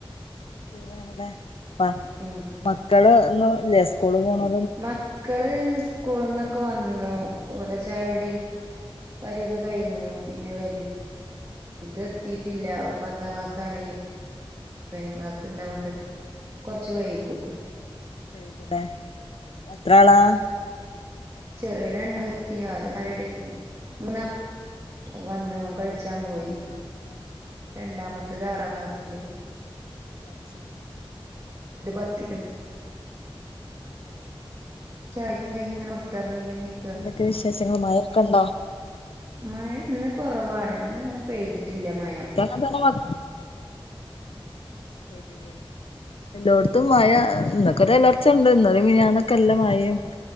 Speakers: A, on the left; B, on the right.
A: ണ അ
B: മ്
A: മക്കളൊന്നുല്ലേ സ്കൂള്പോണോ
B: മക്കള് സ്കൂളിന്നൊക്കെ വന്നൂ ഓലെ ചായുടിം <unintelligible> യൊക്കെ
A: എല്ലാം
B: കഴിഞ്ഞു
A: കഴിഞ്ഞില്ലേ
B: പിന്നെ വെൽ ഫിദെത്തീട്ടില്ല ഓള് പത്താം ക്ലാസ്സാണേ ഈവനിംങ് ക്ലാസ്സുണ്ടാവോണ്ട് കൊർച്ച് വൈകും
A: വൈകൂലെ എത്രാളാ
B: ചെറിയോല് രണ്ടാളത്തി അവരെ ചായകുടിയൊക്കെ കഴിഞ്ഞു മൂന്നാ വന്നു ഓൻ കൾച്ചാൻ പോയി.
A: മൂന്നാളുണ്ടല്ലേ
B: രണ്ടാമത്തത് ആറാം ക്ലാസ് സ്ല്
A: കൾച്ചാൻ പോയി
B: ത് പത്തിലും ചായൊക്കെ കഴിഞ്ഞിങ്ങനെ പൊർത്തർങ്ങിങ്ങനെ ഇരിക്ക
A: എന്താ വിശേഷങ്ങൾ മഴൊക്കെണ്ടോ
B: മഴ ഇന്ന് കൊർവാണ് ഇന്ന് അങ്ങനെ പെയ്തിട്ടില്ല മഴ
A: എന്താ അന്റെ മക്ക് പെയ്തില്ലലേ എല്ലോട്ത്തും മഴ ഇന്നൊക്കെ ഒരു എലർച്ചണ്ട് ഇന്നലെമെനിനാന്നൊക്കെ നല്ല മഴയും